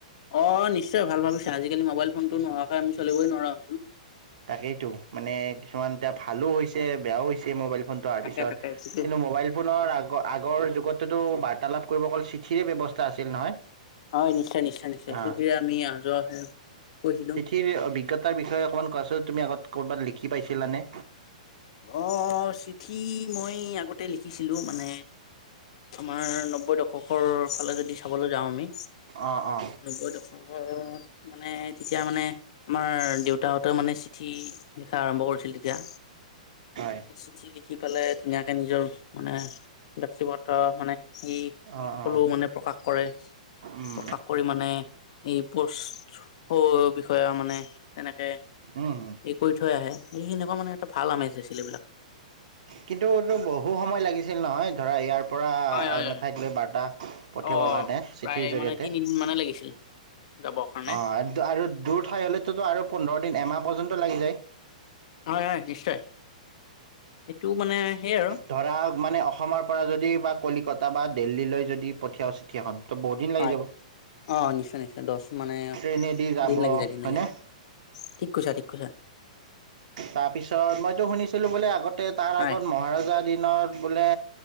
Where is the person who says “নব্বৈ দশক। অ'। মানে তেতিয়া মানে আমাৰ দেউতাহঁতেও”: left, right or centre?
Left